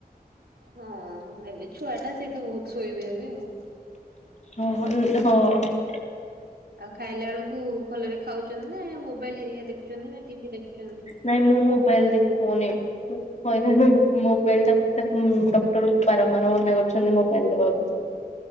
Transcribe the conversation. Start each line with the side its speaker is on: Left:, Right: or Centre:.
Right: ହଁ ଏବେ ଛୁଆ ଟା ସିଏ ତ ବହୁତ୍ ଶୋଇବେ ଏବେ ଆଉ।
Left: ହଁ ହଁ <unintelligible>
Right: ଆଉ ଖାଇଲା ବେଳୁକୁ ଭଲରେ ଖାଉଚନ୍ତି ନା ମୋବାଇଲ ହେରିକା ଦେଖୁଚନ୍ତି ନା ଟିଭି ଦେଖୁଚନ୍ତି।
Left: ନାଇଁ ମୁଁ ମୋବାଇଲ୍ ଦେଖୋଉନି। ହଇରେ ଯୋଉ ମୋବାଇଲ୍ ଟା ତାକୁ ଡକ୍ଟର ବାରମ୍ବାର ମନା କରିଛନ୍ତି ମୋବାଇଲ୍ ଦବାକୁ।